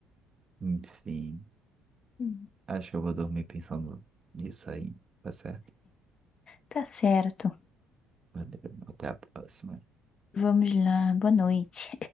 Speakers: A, on the right (about 35°); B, on the left (about 45°).
A: enfim.
B: Hum.
A: Acho que eu vou dormir pensando nisso aí, tá certo?
B: Tá certo.
A: Valeu, até a próxima.
B: Vamos lá. Boa noite.